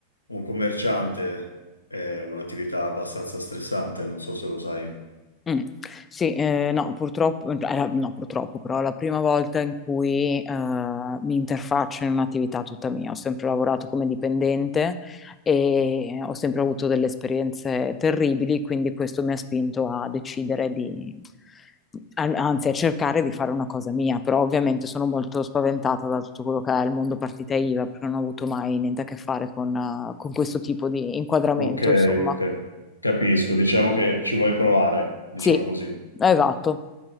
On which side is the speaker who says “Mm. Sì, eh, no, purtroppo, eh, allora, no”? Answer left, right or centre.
Left